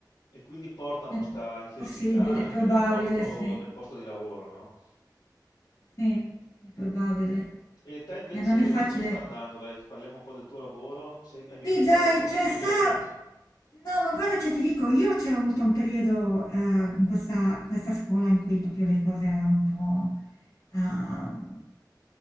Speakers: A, on the left; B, on the left.
A: e quindi portano
B: È
A: sta infelicità
B: possibile,
A: anche
B: è probabile,
A: nel porto-
B: sì.
A: nel posto di lavoro, no?
B: Sì, è probabile.
A: E te invece
B: Eh, non è facile.
A: come sta andando? Dai, parliamo un po' del tuo lavoro. Se hai bisogno
B: Sì,
A: di
B: dai,
A: qualche consiglio
B: c'è sta...
A: tu?
B: No, ma guarda, cioè, ti dico, io c'è avuto un periodo eh, in questa, in questa scuola in cui proprio le cose erano un po' ehm,